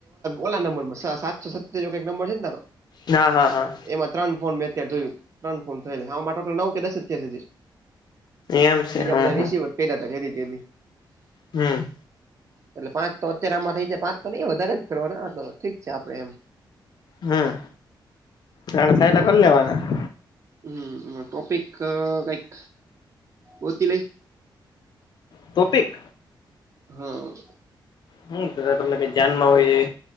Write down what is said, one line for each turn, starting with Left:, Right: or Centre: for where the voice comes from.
Right: ઓલા નંબર માં સાતસો સતતેર કઈક નંબર છે ને તારો.
Left: ના હા હા.
Right: એમાં ત્રણ ફોન મેં અત્યારે જોયું ત્રણ ફોન થયેલા છે હ ટોટલ નવ કે દસ અત્યારી
Left: એમ છે
Right: બીજા
Left: હમ
Right: બધા
Left: હમ
Right: રિસીવ પા હતા કેદી તે.
Left: હમ.
Right: એટલે પાંચ તો અત્યારે આમાં થઇ જાય પાંચ તો નહી વધારે જ કરવાના તો ઠીક છે આપડે એમ
Left: હમ જાણ થાયલા
Right: તો
Left: કરી લેવાના
Right: હમ ટોપિક કઈક હોતી લાઈક
Left: ટોપિક.
Right: હમ.
Left: હમ તમને ધ્યાન માં હોય જ